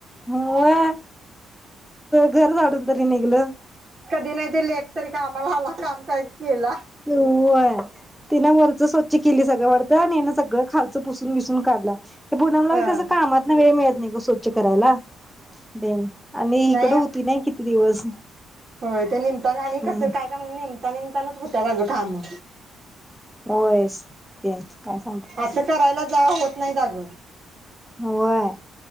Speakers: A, in the centre; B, on the right (about 40°).
A: व्हय घर झाडून तरी निघलं.
B: कधी नाही ते लेकतरी कामाला आला काम काय केला.
A: व्हय तिनं वरचं स्वच्छ केली सगळं वाटतं आणि हिनं सगळं खालचं पुसून बिसुन काढला. पुणमलाबि
B: हा
A: कस कामातन वेळ नाही. स्वच्छ करायला देन. आणि
B: नाही
A: इकडं होती किती दिवस
B: होय ते निमता आणि
A: हम्म
B: कस? काय? काय? म्हण नेमता निमतानाच होत्या अगं काम.
A: होयस तेन काय सांगते
B: असं करायला जा होत नाही आज
A: होय